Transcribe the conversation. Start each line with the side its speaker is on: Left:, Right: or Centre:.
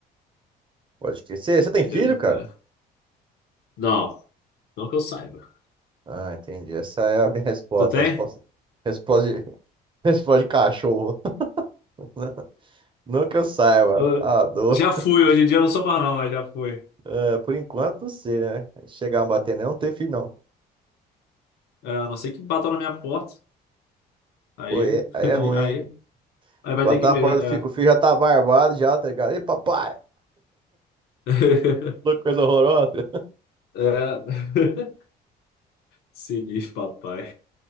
Right: pode crer. Você você tem
Left: Entendeu?
Right: filho, cara?
Left: É. Não, não que eu saiba.
Right: Ah, entendi. Essa é a minha resposta.
Left: Tu tem?
Right: Resposta, resposta, de, <laughs> resposta de cachorro. <laughs> Não que eu saiba,
Left: Ah,
Right: tá doido.
Left: já fui, hoje em dia eu não sou mais não, mas já fui.
Right: É, por enquanto, não sei, né? Chegar a bater, não, não tem filho, não.
Left: É, a não ser que batam na minha porta. Aí,
Right: Pô, é, aí
Left: <laughs>
Right: é ruim,
Left: aí,
Right: hein?
Left: aí vai
Right: Bater
Left: ter que
Right: na
Left: ver.
Right: porta, o
Left: É.
Right: fi- o filho já tá barbado, já, tá ligado? Ei, papai!
Left: <laughs>
Right: Que coisa horrorosa.
Left: É. <laughs> Sinistro, papai.